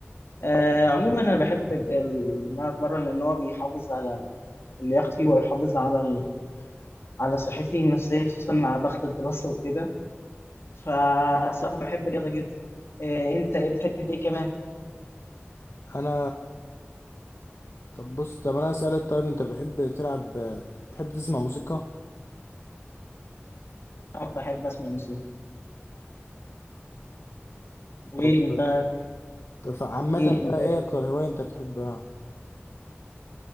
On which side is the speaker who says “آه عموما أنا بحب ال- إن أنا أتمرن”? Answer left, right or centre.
Left